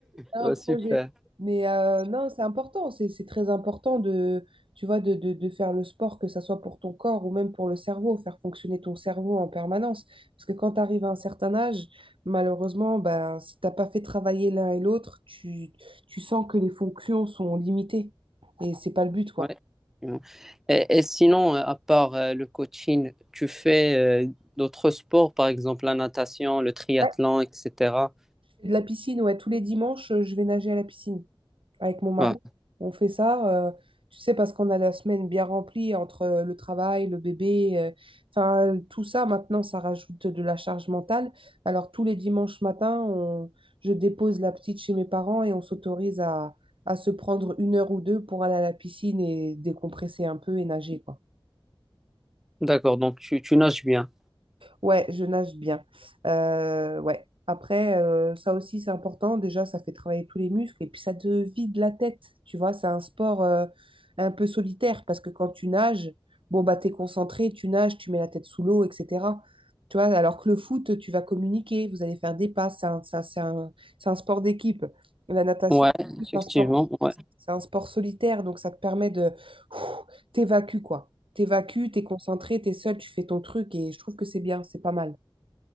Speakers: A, on the right; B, in the centre.
A: y
B: Ouais,
A: a Un projet.
B: Super.
A: Mais euh, non, c'est important, c'est c'est très important de, tu vois, de, de, de faire le sport, que ça soit pour ton corps ou même pour le cerveau, faire fonctionner ton cerveau en permanence. Parce que quand tu arrives à un certain âge, malheureusement, ben, si t'as pas fait travailler l'un et l'autre, tu, tu sens que les fonctions sont limitées. Et c'est pas le but, quoi.
B: Ouais. Ouais. Et, et sinon, euh, à part euh, le coaching, tu fais euh, d'autres sports, par exemple la natation, le triathlon,
A: Ouais,
B: etc.
A: je fais de la piscine, ouais, tous les dimanches, euh, je vais nager à la piscine. avec mon mari.
B: Ouais.
A: On fait ça, euh, tu sais, parce qu'on a la semaine bien remplie entre euh, le travail, le bébé, euh, enfin, tout ça, maintenant, ça rajoute de la charge mentale. Alors, tous les dimanches matins, on- je dépose la petite chez mes parents et on s'autorise à, à se prendre une heure ou deux pour aller à la piscine et décompresser un peu et nager, quoi.
B: D'accord, donc tu, tu nages bien.
A: Ouais, je nage bien. Euh, ouais. Après, euh, ça aussi, c'est important. Déjà, ça fait travailler tous les muscles et puis ça te vide la tête. Tu vois, c'est un sport euh, un peu solitaire parce que quand tu nages, bon, bah, t'es concentré, tu nages, tu mets la tête sous l'eau, etc. Tu vois, alors que le foot, tu vas communiquer, vous allez faire des passes. C'est un, c'est un- c'est un- c'est un sport d'équipe. La natation,
B: Ouais,
A: c'est
B: effectivement,
A: un sport,
B: ouais,
A: c'est un sport solitaire, donc ça te permet de ouf, t'évacuer, quoi t'évacues, t'es concentré, t'es seul, tu fais ton truc et je trouve que c'est bien, c'est pas mal.